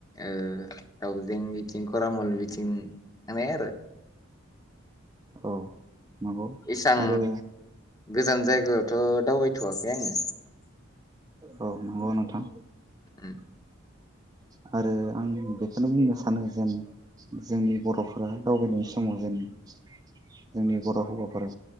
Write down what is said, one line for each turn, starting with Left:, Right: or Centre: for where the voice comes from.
Left: ओ दावजें बिथिं खरामल बिथिं थांबाय आरो
Right: औ नंगौ
Left: एसां
Right: आरो
Left: गोजान जायगायावथ' दावबायथ'वाखै आङो
Right: औ नंगौ नोंथां
Left: उम
Right: <inaudible> आरो आं बेखौनो बुंनो सानो जेन जोंनि बर'फोरा दावबायनाय समाव जेन जोंनि बर' हौवाफोरा